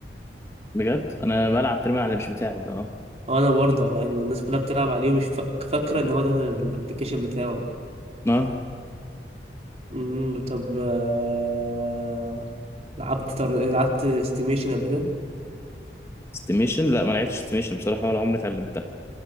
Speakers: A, on the left; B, on the right.
A: بجد انا بلعب ترمي على اللي مش بتاعه ده اه
B: وانا برضه يعني الناس كلها بتلعب عليه ومش فا- فاكره ان هو ده الابليكيشن بتاعه
A: اه
B: مم، طب آه، لعبت طر... لعبت استيميشن قبل كده
A: استيميشن لا ما لعبتش استيميشن بصراحه ولا عمري اتعلمتها